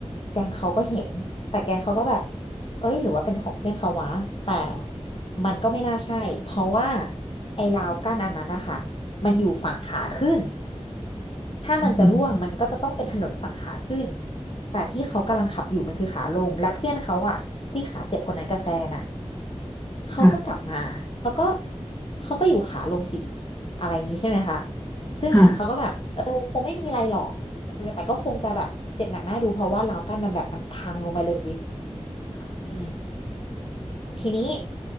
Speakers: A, on the left (about 50°); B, on the left (about 25°).
A: แกงเขาก็เห็นแต่แกงเขาก็แบบเอ้ยหรือว่าเป็นของเพื่อนเขาวะแต่มันก็ไม่น่าใช่ เพราะว่าไอ้ราวกั้นอันนั้นนะคะมันอยู่ฝั่งขาขึ้นถ้ามันจะร่วงมันก็จะต้องเป็นถนนฝั่งขาขึ้น
B: อืม
A: แต่ที่เขากำลังขับอยู่มันคือขาลงและเพื่อนเขาอะที่ขาเจ็บคนนั้นกับแฟนอะ เขาก็กลับมา
B: ค่ะ
A: เขาก็ เขาก็อยู่ขาลงสิ อะไรอย่างนี้ใช่ไหมคะ ซึ่งเขาก็แบบ
B: ค่ะ
A: เออคงไม่มีอะไรหรอกเออแต่ก็คงจะแบบ เจ็บหนักหน้าดูเพราะว่าล้าวกั้นมันแบบมันพังลงไปเลยอืม ทีนี้